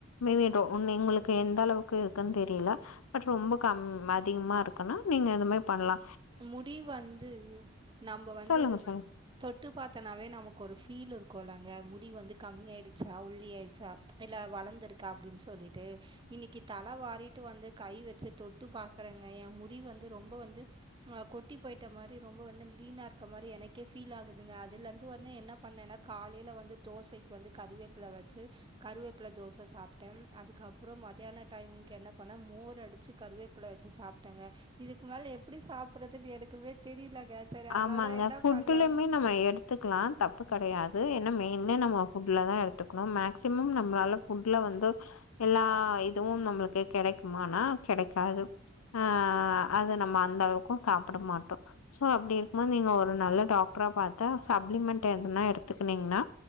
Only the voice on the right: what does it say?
முடி வந்து நம்ப வந்து
தொட்டு பாத்தனாவே நமக்கொரு ஃபீல் இருக்குல்லங்க முடி வந்து கம்மி ஆயிடுச்சா ஒள்ளி ஆயிடுச்சா இல்ல வளந்திருக்கா அப்டின் சொல்லீட்டு இன்னைக்கு தல வாரிட்டு வந்து கை வெச்சு தொட்டு பாக்குறேங்க எ முடி வந்து ரொம்போ வந்து அ கொட்டி போயிட்ட மாரி ரொம்ப வந்து லீனாக இருக்க மாரி எனக்கே ஃபீல் ஆகுதுங்க அதுலருந்து வந்து என்ன பண்ணேன்னா காலைல வந்து தோசைக்கு வந்து கருவேப்பில வெச்சு கருவேப்பில தோச சாப்பிட்டே அதுக்கப்றோ மத்தியான டைமிங் என்ன பண்ண மோரடிச்சி கருவேப்பில வெச்சிசாப்ட்டேங்க இதுக்கு மேல எப்டி சாப்பிடடுறதுன்னு எனக்குமே தெரியலங்க சரி அதனால
தான் என்ன
பண்ணலான்னு